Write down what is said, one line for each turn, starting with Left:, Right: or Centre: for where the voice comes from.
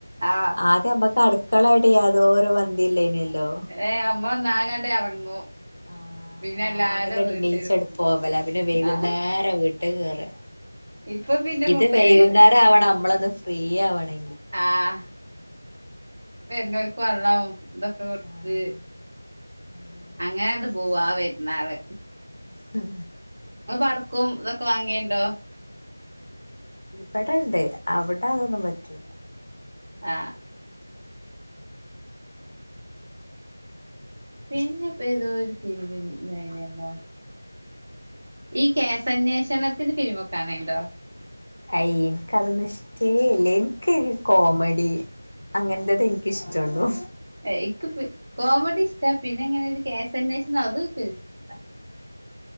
Right: ആഹ്
Left: ആദ്യമ്മക്കട് ക്കളായിട്ട് യാതോര് ബന്ധല്ലേനുവല്ലോ?
Right: ഏ അമ്മ ഒന്നാകണ്ട് എറങ്ങും
Left: ആഹ്
Right: പിന്നെ
Left: രാവിലാട്ട്
Right: എല്ലാരും വീട്ടിലും
Left: എണീച്ചാട്ട് പോവലാ. പിന്നെ വൈക്‌ന്നേരാ
Right: ആഹ്
Left: വീട്ട് കേറാ.
Right: ഇപ്പൊ പിന്നെ
Left: ഇത്
Right: ഫുൾ പെരേലെന്നെ
Left: വൈകുന്നേരാവണ നമ്മളൊന്ന് ഫ്രീ ആവണെ
Right: ആഹ് വര്ണോർക്ക് വെള്ളോം എന്തൊക്കെ കൊടുത്ത്.
Left: ആഹ് അതന്നെ
Right: അങ്ങനത് പോവു ആ വെരുന്നാള്.
Left: ഹഹ
Right: അ പടക്കവും ഇതൊക്കെ വാങ്ങീണ്ടോ?
Left: ഇവടെണ്ട്. അവിടെ അതൊന്നു പറ്റൂല.
Right: ആ പിന്നിപ്പ ഏതോ ഒരു സിനിമ ഇണ്ടായിനല്ലോ? ഈ കേസന്വേഷണത്തിന്റെ ഫിലിമൊക്കെ കാണലുണ്ടോ?
Left: അയ് ഇൻക്കതൊന്നു ഇഷ്ടേ അല്ലേ. ഇൻക്ക് കോമഡി അങ്ങൻത്തതെ ഇൻക്കിഷ്ടള്ളു
Right: എനിക്ക് കോമഡി ഇഷ്ടാ പിന്നെ ഇങ്ങനെ ഒരു കേസന്വേഷണം അതും ഇനിക്ക് ഇഷ്ട.